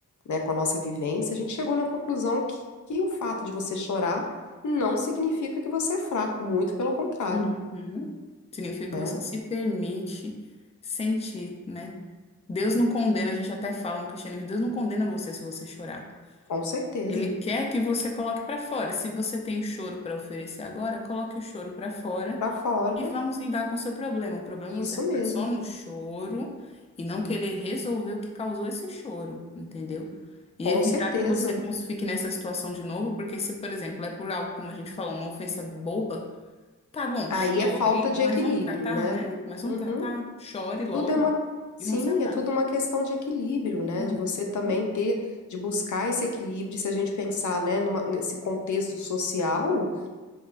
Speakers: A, on the left; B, on the left.
A: né, com a nossa vivência, a gente chegou na conclusão que, que o fato de você chorar não significa que você é fraco, muito pelo contrário,
B: Uhum. Significa que
A: né?
B: você se permite sentir, né? Deus não condena, a gente até fala no cristianismo, Deus não condena você se você chorar.
A: Com certeza.
B: Ele quer que você coloque pra fora. Se você tem choro pra oferecer agora, coloque o choro pra fora.
A: Pra fora,
B: E vamos lidar com o seu problema. O problema
A: isso
B: é você
A: mesmo,
B: ficar só no choro e não querer resolver o que causou esse choro, entendeu?
A: com
B: E evitar
A: certeza.
B: que você cons- fique nessa situação de novo, porque se, por exemplo, é por algo, como a gente falou, uma ofensa boba, tá bom,
A: Aí
B: chore,
A: é falta de
B: mas
A: equilíbrio,
B: vamos tratar,
A: né?
B: né? Mas vamos
A: Uhum.
B: tratar, chore logo
A: Tudo é uma, sim,
B: e vamos tratar.
A: é tudo uma questão de equilíbrio, né?
B: Uhum,
A: De você também ter, de buscar esse equilíbrio. Se a gente pensar, né, numa- nesse contexto social,